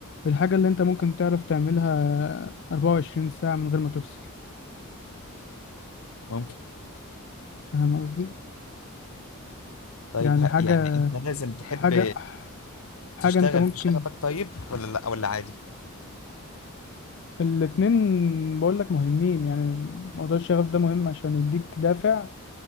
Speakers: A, on the left; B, on the left.
A: الحاجة اللي انت ممكن تعرف تعملها 24 ساعة من غير ما تفصل
B: ممكن
A: فاهم قصدي
B: طيب
A: يعني
B: ه-
A: حاجة
B: يعني انت لازم تحب
A: حاجة حاجة
B: تشتغل
A: انت ممكن
B: في شغفك طيب ولا لا ولا عادي
A: الاتنين بقول لك مهمين يعني موضوع الشغف ده مهم عشان يديك دافع